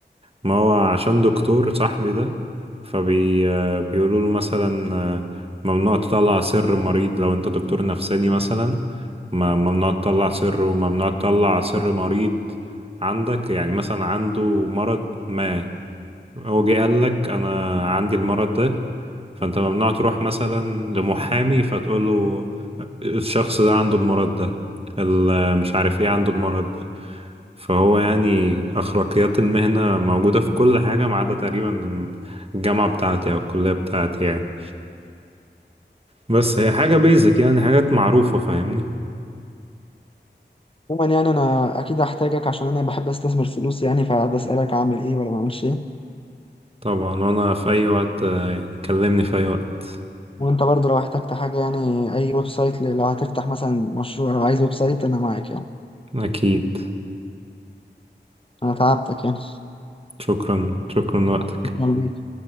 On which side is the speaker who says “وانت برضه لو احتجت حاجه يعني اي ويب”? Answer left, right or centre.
Left